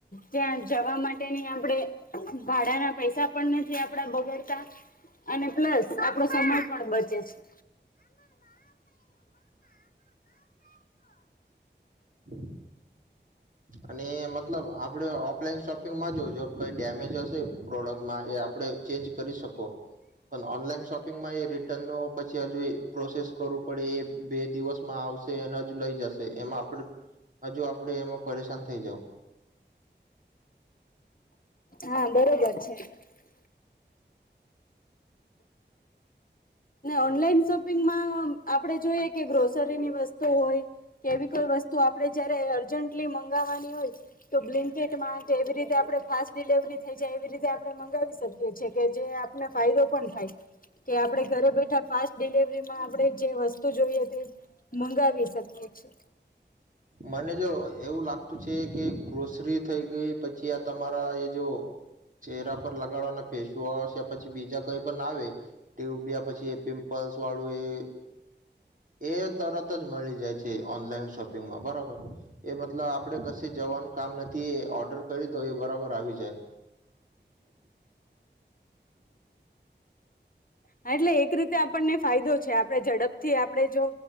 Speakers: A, on the left; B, on the right.
A: ત્યાં જવા માટેની આપણેે ભાડાના પૈસા પણ નથી આપડા, બગડતા. અને પ્લસ આપડો સમય પણ બચે છે. <inaudible>
B: હમ્મ અને મતલબ આપડે ઓફલાઈન શોપિંગ. એમાં જોજો. કઈ ડેમેજ હશે, પ્રોડક્ટમાં એ આપડણે ચેન્જ કરી શકો, પણ ઓનલાઈન શોપિંગમાં એ રિટર્ન ન પછી હજુ એ પ્રોસેસ કરું. પડે એ બે દિવસમાં. આવશે એને જ લઈ જશે, એમાં આપડે હજુ આપડે એમાં પરેશાન થઈ જાવ.
A: હા <unintelligible> ઓનલાઈન શોપિંગમાં આપણે જોઈએ, કે ગ્રોસરીની વસ્તુ હોય કેવી કોઈ વસ્તુ, આપણે જયારે અર્જન્ટલી મંગાવવાની હોય, તો બ્લેન્કેટમાં કે એવી રીતે આપણે ફાસ્ટ ડિલેવરી થઈ જાય, એવી રીતે આપણે મંગાવી શકીએ છેએ કે? જે આપને ફાયદો પણ થાય કે આપડે. તો ફાસ્ટ ડિલવરીમાં આપણે જે વસ્તુ જોઈએ, તે મંગાવી શકીએ છીએ.
B: મને જો એવું લાગતું. છે કે ગ્રોસરી થઈ ગઈ, પછી આ તમારા એ જો ચહેરા પર લગાડવાના. ફેસ વોશ પછી બીજા કઈ પણ આવે, ટ્યુબ પછી પિમ્પલ્સ વાળું એ એ તરત જ મળી જાય છે, ઓનલાઈન શોપિંગ. હા, બરાબર. એ મતલબ આપડે કશે જવાનું કામ નથી, એ ઓર્ડર કરી તો એ બરાબર આવી જાય.
A: હા, એટલે એક રીતે આપણને ફાયદો છે. આપણે ઝડપથી, આપણે જો